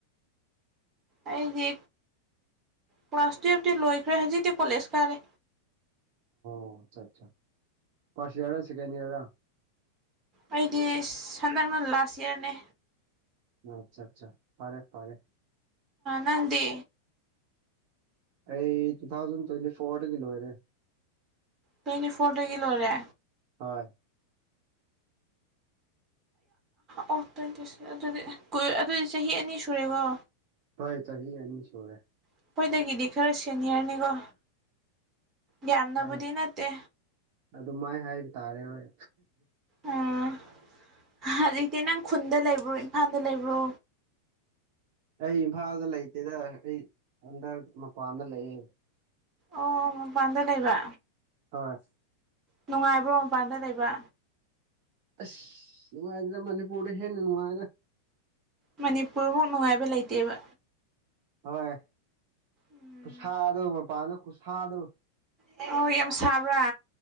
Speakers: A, on the right; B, on the right.
A: ꯑꯩꯗꯤ ꯀ꯭ꯂꯥꯁ ꯇꯨꯌꯦꯐꯇꯤ ꯂꯣꯏꯈ꯭ꯔꯦ ꯍꯧꯖꯤꯛꯇꯤ ꯀꯣꯂꯦꯖ ꯀꯥꯔꯦ
B: ꯑꯣ ꯑꯆꯥ ꯑ ꯄꯁꯤꯌꯥꯥ ꯁꯤ ꯀꯦꯅꯤꯗꯥ
A: ꯑꯩꯗꯤ ꯁꯟꯗꯛꯅ ꯂꯥꯁ ꯏꯌꯥꯔꯅꯦ
B: ꯑꯠꯆꯥ ꯑꯠꯆꯥ ꯄꯔꯦ ꯄꯔꯦ
A: ꯅꯪꯗꯤ
B: ꯑꯩ ꯇꯨ ꯊꯥꯎꯖꯟ ꯇ꯭ꯋꯦꯟꯇꯤ ꯐꯣꯔ ꯀꯂꯔꯦ
A: ꯇ꯭ꯋꯦꯟꯇꯤ ꯐꯣꯔꯗꯒꯤ ꯂꯣꯏꯔꯦ
B: ꯍꯣꯏ
A: ꯑꯣ ꯇ꯭ꯋꯦꯟꯇꯤ ꯑꯗꯨꯗꯤ ꯑꯗꯨꯗꯤ ꯆꯍꯤ ꯑꯅꯤ ꯁꯨꯔꯦꯀꯣ
B: ꯍ ꯆ ꯍ ꯑꯅꯤ ꯁꯣꯣꯔ
A: ꯑꯩꯈꯣꯏꯗꯒꯤꯗꯤ ꯈꯔ ꯁꯦꯅꯤꯌꯔꯅꯤꯀꯣ ꯌꯥꯝꯅꯕꯨꯗꯤ
B: ꯍꯣꯏ
A: ꯅꯠꯇꯦ
B: ꯑꯗꯨꯃꯥꯏ ꯍꯥꯏ ꯇꯥꯔꯦ ꯍꯣꯏ
A: ꯎꯝ ꯍꯧꯖꯤꯛꯇꯤ ꯅꯪ ꯈꯨꯟꯗ ꯂꯩꯕ꯭ꯔꯣ ꯏꯝꯐꯥꯜꯗ ꯂꯩꯕ꯭ꯔꯣ
B: ꯑꯩ ꯏꯝꯐꯥꯜꯗ ꯂꯩꯇꯦꯗ ꯑꯩ ꯍꯟꯗꯛ ꯃꯄꯥꯟꯗ ꯂꯩꯌꯦꯦ
A: ꯑꯣ ꯄꯥꯟꯗ ꯂꯩꯕ
B: ꯑꯁ
A: ꯅꯨꯡꯉꯥꯏꯕ꯭ꯔꯣ ꯃꯄꯥꯟꯗ ꯂꯩꯕ
B: ꯑꯁ ꯅꯨꯡꯉꯥꯏꯗꯨꯅ ꯃꯅꯤꯄꯨꯔꯗ ꯍꯦꯟꯅ ꯅꯨꯡꯉꯥꯏꯅ
A: ꯃꯅꯤꯄꯨꯔꯃꯨꯛ ꯅꯨꯡꯉꯥꯏꯕ ꯂꯩꯇꯦꯕ
B: ꯍꯣꯏ
A: ꯎꯝ
B: ꯈꯨꯁꯥꯗꯣ ꯃꯄꯥꯟꯗꯣ ꯈꯨꯠꯁꯥꯗꯣ
A: ꯑ ꯌꯥꯝ ꯁꯥꯕ꯭ꯔꯥ